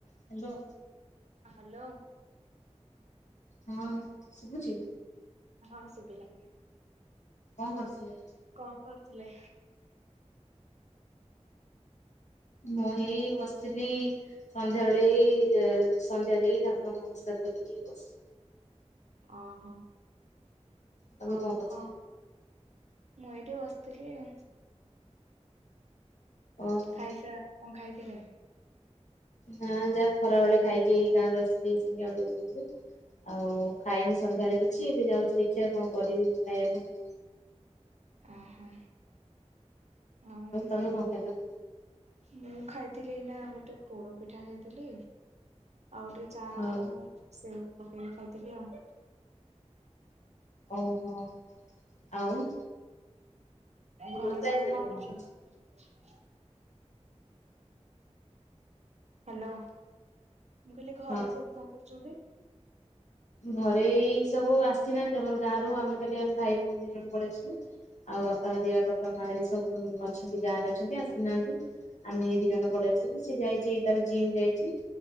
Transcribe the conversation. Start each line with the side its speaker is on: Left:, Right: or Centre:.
Left: Hello.
Right: Hello.
Left: ହୁଁ ଶୁଭୁଚି?
Right: ହଁ ଶୁଭିଲା।
Left: କଣ କରୁଥିଲେ?
Right: କଣ କରୁଥିଲେ?
Left: ମୁଁ ଏଇ ବସିଥିଲି। ସନ୍ଧ୍ୟା ବେଳେ ଏଇ ସନ୍ଧ୍ୟା ଦେଇକି ଠାକୁରଙ୍କୁ ନମସ୍କାର କରିକି ବସିଚି।
Right: ଓହୋ
Left: ତମେ
Right: ଆଉ
Left: କରୁଥିଲ?
Right: କଣ ମୁଁ ଏଇଠି ବସିଥିଲି ଆ
Left: ଓହୋ
Right: ଖାଇସା କଣ ଖାଇଥିଲେ?
Left: ହଁ ଯାହା ଖରା ବେଳେ ଖାଇକିଇ ଗାଁ କୁ ଆସିଚି ସେମିତି ଆଉ ଟିକେ ପୂର୍ବରୁ। ଆଉ ଖାଇନି ସନ୍ଧ୍ୟାବେଳେ କିଛି ଏବେ ଯାଉଚି ଦେଖିଆ କଣ କରିବି ଖାଇବା ପାଇଁ।
Right: ଅ ହୋ ଆଉ
Left: ତମେ କଣ ଖାଇଲ?
Right: ମୁଁ ଖାଇଥିଲି ଏଇନା ଗୋଟେ ପୋଡ଼ ପିଠା ଖାଇଥିଲି ଆଉ ଟିକେ ଚା
Left: ହଁ
Right: ଆଉ ସେଉ ପକେଇକି ଖାଇଥିଲି ଆଉ।
Left: ଓହୋ ଆଉ।
Right: ଘରେ
Left: ବର୍ଷା
Right: ସବୁ
Left: ହେଇଥିଲା
Right: କଣ
Left: ତମ
Right: କରୁଛନ୍ତି?
Left: ଆଡେ?
Right: ହ୍ୟାଲୋ, ମୁଁ କହିଲି ଘରେ
Left: ହଁ
Right: ସବୁ କଣ କରୁଛନ୍ତି?
Left: ଘରେ ଏଇ ସବୁ ଆସିନାହାଁନ୍ତି। ଆମର ଗାଁ ରୁ ଆମେ ଖାଲି ଆମ ଭାଇ ଭଉଣୀ ଦି ଜଣ ପଳେଇ ଆସିଲୁ। ଆଉ ବାପା ହରିଆ, ବାପା ମାଆ ସବୁ ଅଛନ୍ତି ଗାଁରେ ଅଛନ୍ତି, ଆସିନାହାଁନ୍ତି। ଆମେ ଦି ଜଣ ପଳେଇ ଆସିଲୁ। ସେ ଯାଇଚି ତାର ଜିମ୍ ଯାଇଚି।